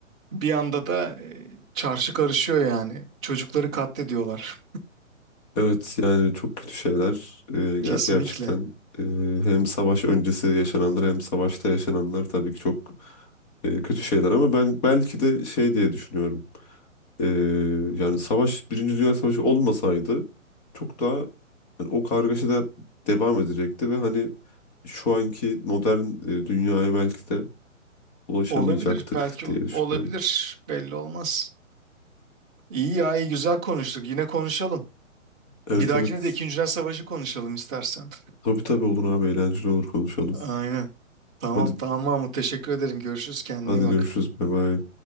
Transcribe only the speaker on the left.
Evet yani çok kötü şeyler Ee, ger-
gerçekten e, hem savaş öncesi yaşananlar hem savaşta yaşananlar tabii ki çok e, kötü şeyler ama ben belki de şey diye düşünüyorum. Ee, yani savaş, Birinci Dünya Savaşı olmasaydı çok daha yani o kargaşa da devam edecekti ve hani şu anki modern e, dünyaya belki de ulaşamayacaktık
diye
düşünüyorum.
Evet
evet.
Tabii tabii olur abi eğlenceli olur konuşalım.
Hadi
hadi
görüşürüz. Bay bay.